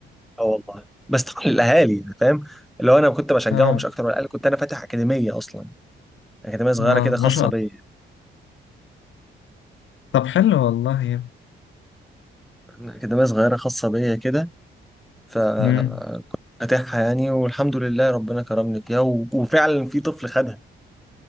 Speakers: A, in the centre; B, on the left.
A: اه والله بس طبعا الاهالي يعني فاهم لو انا كنت بشجعهم
B: <laughs>
A: مش اكتر
B: آه
A: ولا اقل كنت انا فاتح اكاديميه اصلا اكاديميه صغيره
B: آه
A: كده خاصه
B: ما شاء
A: بيا
B: الله طب حلو والله يا
A: اكاديميه صغيره خاصه بيا كده فكنت
B: مم.
A: فاتحها يعني والحمد لله ربنا كرمني فيها و... وفعلا في طفل خدها